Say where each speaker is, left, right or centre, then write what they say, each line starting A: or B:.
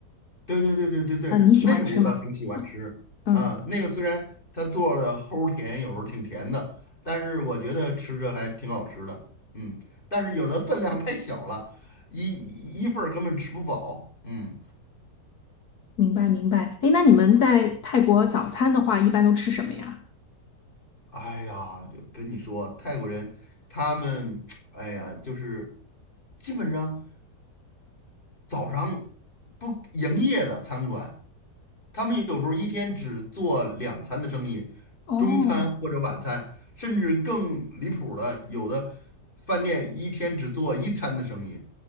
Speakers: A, on the left (about 30°); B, on the left (about 65°).
A: 对对对对对对，
B: 嗯，你喜欢吃吗？
A: 那个我倒挺喜欢吃
B: 嗯，
A: 啊。那个虽然它做的齁甜，有时候挺甜的，但是我觉得吃着还挺好吃的。嗯，但是有的分量太小了，一一份儿根本吃不饱。嗯，
B: 明白明白。哎，那你们在泰国早餐的话，一般都吃什么呀？
A: 哎呀，就跟你说，泰国人他们，<tsk> 哎呀，就是基本上早上不营业的餐馆。他们有时候一天只做两餐的生意，
B: 哦，
A: 中餐或者晚餐，甚至更离谱的，有的饭店一天只做一餐的生意，